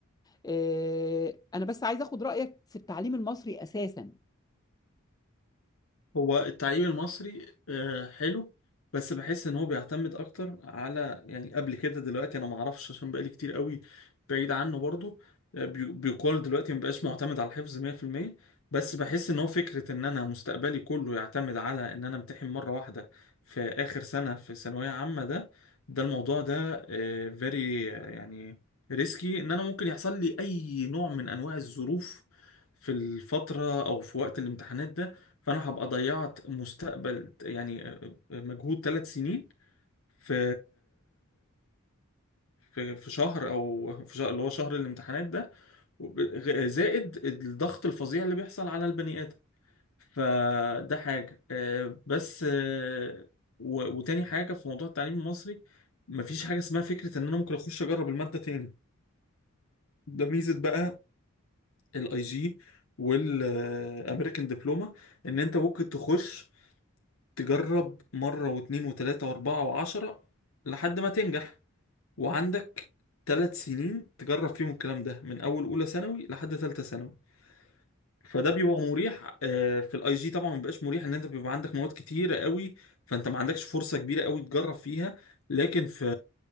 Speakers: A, on the left; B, on the left.
A: آه، انا بس عايز اخد رايك في التعليم المصري اساسا
B: هو التعليم المصري آه، حلو بس بحس ان هو بيعتمد اكتر على يعني قبل كده دلوقتي انا ما اعرفش عشان بقالي كتير قوي بعيد عنه برضو آه، بي- بيقال دلوقتي ما بقاش معتمد على الحفظ 100% بس بحس ان هو فكرة ان انا مستقبلي كله يعتمد على ان انا امتحن مرة واحدة في اخر سنة في ثانوية عامة ده ده الموضوع ده فيري يعني ريسكي ان انا ممكن يحصل لي اي نوع من انواع الظروف في الفترة او في وقت الامتحانات ده فانا هبقى ضيعت مستقبل يعني مجهود ثلاث سنين في في في شهر او في شهر اللي هو شهر الامتحانات ده وب- زائد الضغط الفظيع اللي بيحصل على البني ادم فده حاجه آه، بس آه، و- وتاني حاجه في موضوع التعليم المصري مفيش حاجه اسمها فكره ان انا ممكن اخش اجرب الماده تاني ده ميزه بقى الاي جي والامريكان دبلومه ان انت ممكن تخش تجرب مرة واتنين وتلاتة واربعة وعشرة لحد ما تنجح وعندك تلات سنين تجرب فيهم الكلام ده من أول أولى ثانوي لحد تالتة ثانوي فده بيبقى مريح آه، في الاي جي طبعا ما بيبقاش مريح ان انت بيبقى عندك مواد كتيرة قوي فانت ما عندكش فرصة كبيرة قوي تجرب فيها لكن في